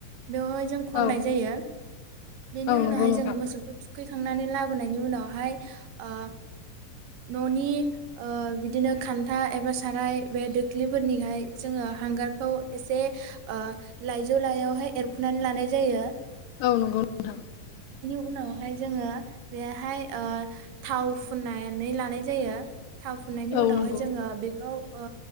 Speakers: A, on the right; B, on the left.
A: बेवहाय जों खननाय
B: औ
A: जायो बेनि
B: औ
A: उनावहाय
B: नंगौ नोंथां
A: जोङो मोसौ खौ थुखैखांनानै लाबोनायनि उनावहाय ओ न'नि ओ बिदिनो खान्था एबा साराय बे दोख्लिफोरनिहाय जोङो हांगारखौ एसे ऐ लाइजौ लायावहाय एरखुनानै लानाय जायो।
B: औ नंगौ नोंथां।
A: उनाव ओमफाय जोङो बेहाय ओ थाव फुननानै लानाय जायो। थाव फुननायनि
B: औ
A: उनावहाय
B: नंगौ
A: जोङो बेखौ ओ